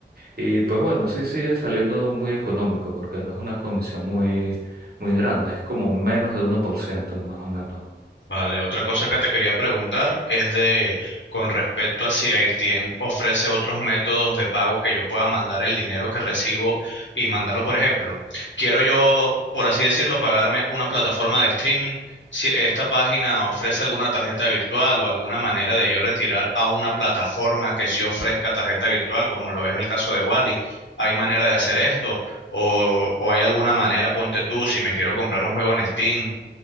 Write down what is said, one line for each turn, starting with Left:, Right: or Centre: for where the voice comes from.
Right: Y pues bueno, sí sigue saliendo muy económico porque no es una comisión muy, muy grande, es como menos de uno por ciento más o menos.
Left: Vale, otra cosa que te quería preguntar es de con respecto a si Airtien ofrece otros métodos de pago que yo pueda mandar el dinero que recibo y mandarlo, por ejemplo. Quiero yo, por así decirlo, pagarme una plataforma de streaming. Si esta página ofrece alguna tarjeta virtual o alguna manera de yo retirar a una plataforma que sí ofrezca tarjeta virtual, como lo es el caso de Wally, ¿hay manera de hacer esto? ¿O, o hay alguna manera, ponte tú, si me quiero comprar un juego en Steam?